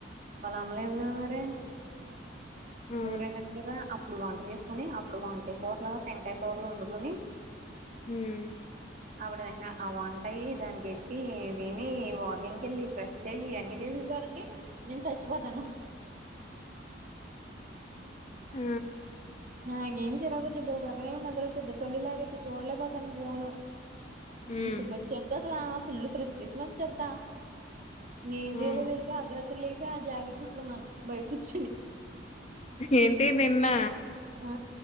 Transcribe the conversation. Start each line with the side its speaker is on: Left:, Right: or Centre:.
Right: వాళ అమ్ మళ్ళీ ఏం చెయ్యాలి మరి
Left: ఆ!
Right: ఊర నిందిగా అప్ ఇప్పుడు వంట చేసుకుని అప్పుడు వంకాయ కూరలు టెంకాయ కూరలు వండుకొని
Left: హ్మ్
Right: ఆవిడద ఆ వంటాయి దానినికి ఎట్టి దీని వాగింగ్కిళ్ళి ఫ్రెష్ అయి అన్ని చేసేసారికీ నేనుచ్చ పోతను
Left: ఆ
Right: నాకేం జరం వచ్చేద్ <unintelligible> కళ్ళు లాగేతది చూడలేపోతాన ఫోను
Left: హ్మ్.
Right: ఇసు గొచ్చేద్ధ సలా ఫుల్లు ఫ్రస్టేషన్ వచ్చేత ఇంగ ఏం
Left: హ్మ్.
Right: చేయలో తెలిక అద్రరా తెలీక ఆ జాకెట్ పెట్టుకున్నాను బయట కూర్చుని
Left: ఏంటి నిన్న
Right: ఆ